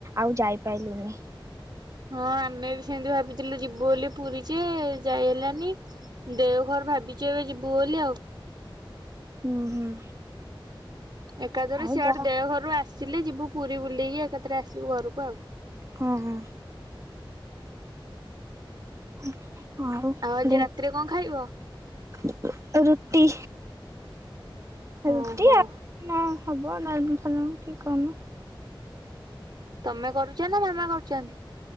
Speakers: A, on the right; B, on the right.
A: ଆଉ ଯାଇପାଇଲୁନି।
B: ହଁ ଆମେ ବି ସେମିତି ଭାବିଥିଲୁ ଯିବୁ ବୋଲି ପୁରୀ ଯେ ଯାଇ ହେଲାନି ଦେଓଘର ଭାବିଚୁ ଏବେ ଯିବୁ ବୋଲି ଆଉ।
A: ହୁଁ ହୁଁ।
B: ଏକାଥରେ
A: ହଉ
B: ସିଆଡୁ
A: ଯା
B: ଦେଓ ଘରୁ ଆସିଲେ ଯିବୁ ପୁରୀ ବୁଲେକି ଏକାଥରେ ଆସିବୁ ଘରକୁ ଆଉ।
A: ହୁଁ ହୁଁ। ଉ ହୁଁ। ହଉ
B: ଆଉ ଆଜି
A: ଦେ
B: ରାତିରେ କଣ ଖାଇବ?
A: ଗୋଟେ ରୁଟି। ରୁଟି
B: ଓହୋ
A: ଆଉ ନାଁ ହବ ନାଁ ହବ ଉଠିକି ଖାଉନୁ।
B: ତମେ କରୁଛ ନା ମାମା କରୁଛନ୍ତି।